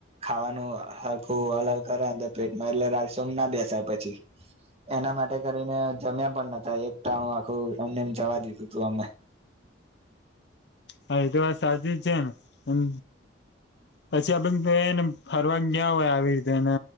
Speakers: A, on the right; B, on the left.
A: ખાવાનુંખું હલકુ હલ હલ કરે પેટમાં એટલે રઇસમા ના બેસાય પછી એના માટે કરીને જમ્યા પણ નતા. એક ટાણું આખું એમને જવા દીધું તું અમે.
B: હા એ તો વાત સાચીજ છેને. મ પછી આપ તો એને ફરવા ગયા હોય આવી રીતેને,